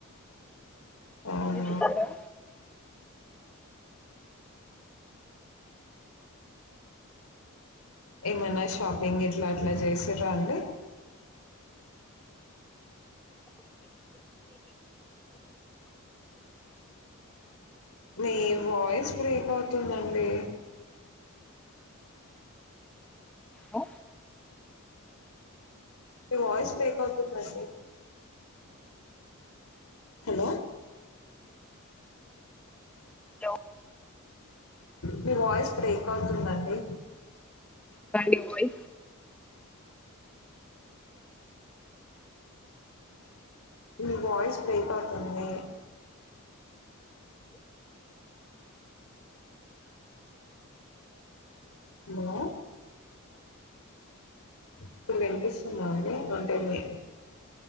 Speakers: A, on the left (about 85°); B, in the centre.
A: అవునా
B: మీరు తిన్నారా
A: ఏమనా షాపింగ్ ఇట్లా అట్లా చేసిరా అండి మీ వాయిస్ బ్రేక్ అవుతుందండి
B: ఆ
A: మీ వాయిస్ బేకాతు మంచి హలో
B: హలో
A: మీ వాయిస్ బ్రేక్ అవుతుందండి
B: కానీయి
A: ఇ వయిస్ బ్రే ఆ దని హలో ఇప్పుడు వినిపిస్తుందా అండి అంటే మీ